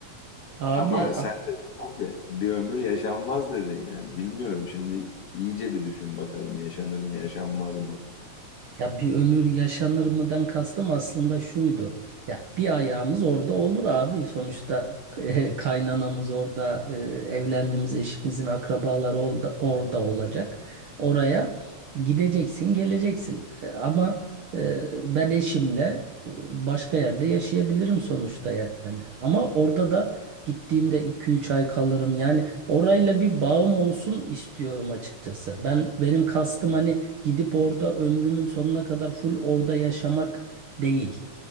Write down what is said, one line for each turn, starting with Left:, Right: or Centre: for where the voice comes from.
Right: Abi,
Left: Ama sen
Right: abi
Left: de abi bir ömür yaşanmaz dedin yani. Bilmiyorum şimdi iyice bir düşün bakalım yaşanır mı yaşanmaz mı?
Right: ya bir ömür yaşanır mıdan kastım aslında şuydu. Ya bir ayağımız orada olur abi. Sonuçta eh, kaynanamız orada, eh, evlendiğimiz eşimizin akrabaları orada, orada olacak. Oraya gideceksin, geleceksin. Eh, Ama eh, ben eşimle eh, başka yerde yaşayabilirim sonuçta yani. Ama orada da gittiğimde iki üç ay kalırım. Yani orayla bir bağım olsun istiyorum açıkçası. Ben benim kastım hani gidip orada ömrümün sonuna kadar full orada yaşamak değil.